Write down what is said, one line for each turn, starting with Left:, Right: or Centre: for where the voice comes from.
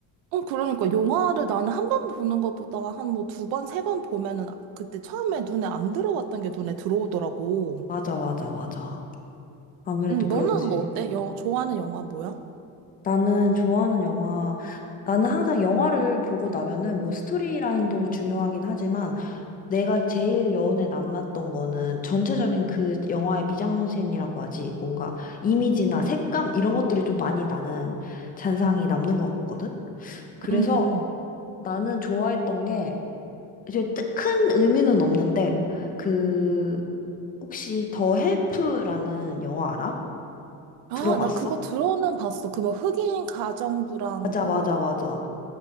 Right: 어, 그러니까 영화를 나는 한 번 보는 것보다 한 뭐 두 번, 세 번 보면은 그때 처음에 눈에 안 들어왔던 게 눈에 들어오더라고.
Left: 맞아, 맞아, 맞아. 아무래도
Right: 응,
Left: 그렇지.
Right: 너는 뭐 어때? 영, 좋아하는 영화 뭐야?
Left: 나는 좋아하는 영화, 나는 항상 영화를 보고 나면은 뭐 스토리라인도 중요하긴 하지만, 내가 제일 여운에 남았던 거는 전체적인 그 영화의 미장센이라고 하지. 뭔가 이미지나 색감 이런 것들이 좀 많이 나는 잔상이 남는 것 같거든. 그래서
Right: 응, 응.
Left: 나는 좋아했던 게 이제 뜨- 큰 의미는 없는데 그 혹시 더 헬프라는 영화 알아?
Right: 아,
Left: 들어봤어?
Right: 나 그거 들어는 봤어. 그 뭐 흑인 가정부랑
Left: 맞아,
Right: 뭐
Left: 맞아, 맞아.